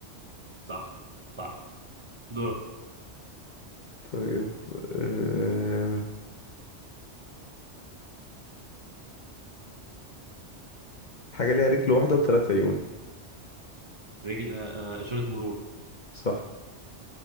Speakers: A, on the right; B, on the left.
A: صح صح دورك
B: طيب أه... حاجة ليها رجل واحدة وثلاث عيون
A: رجل آه، آه، إشارة مرور
B: صح